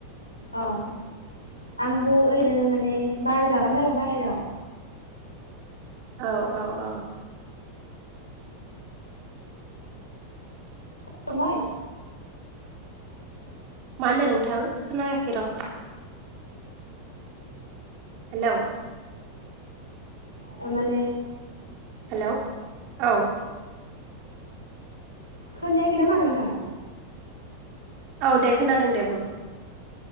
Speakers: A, on the left (about 85°); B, on the right (about 40°).
A: अह आंबो ओरैनो माने बार जागोन आरो बाहेराव
B: औ औ औ
A: संबाय?
B: माहोनदो नोंथां? खोनायाखै र' हेलौ
A: आ माने
B: हेलोव औ
A: खोनायाखै नामा नोंथां?
B: औ दे खोनादों दे बुं?